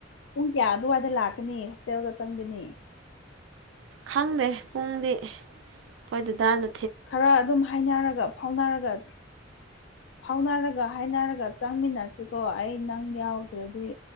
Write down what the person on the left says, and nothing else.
ꯄꯨꯡ ꯀꯌꯥ ꯑꯗꯨꯋꯥꯏꯗ ꯂꯥꯛꯀꯅꯤ ꯍꯣꯁꯇꯦꯜꯗ ꯆꯪꯒꯅꯤ
ꯈꯔ ꯑꯗꯨꯝ ꯍꯥꯏꯅꯔꯒ ꯐꯥꯎꯅꯔꯒ ꯐꯥꯎꯅꯔꯒ ꯍꯥꯏꯅꯔꯒ ꯆꯪꯃꯤꯟꯅꯁꯤꯀꯣ ꯑꯩ ꯅꯪ ꯌꯥꯎꯗ꯭ꯔꯗꯤ